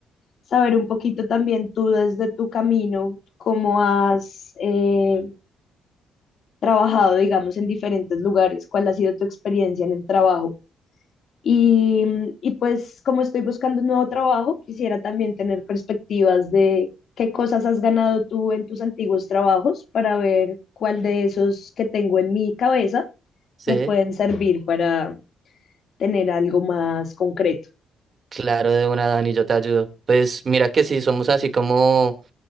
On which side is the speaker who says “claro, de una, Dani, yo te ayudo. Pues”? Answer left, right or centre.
Right